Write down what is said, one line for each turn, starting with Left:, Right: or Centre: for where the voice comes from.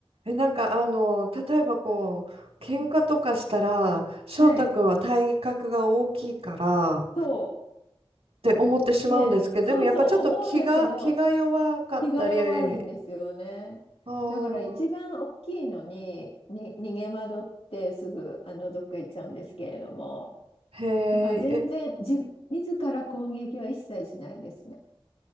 Right: え、なんかあの、例えばこう、喧嘩とかしたら、
Left: はい。
Right: 翔太君は体格が大きいから
Left: はいそう。
Right: って思ってしまうんですけど、
Left: ね、そうそう思うんだけど
Right: でもやっぱちょっと気が、気が弱かったり、
Left: 気が弱いんですよね。
Right: あー
Left: だから一番大きいのに、に逃げ惑ってすぐあのどっか行っちゃうんですけれども
Right: へーえ、
Left: だから全然自、自ら攻撃は一切しないですね。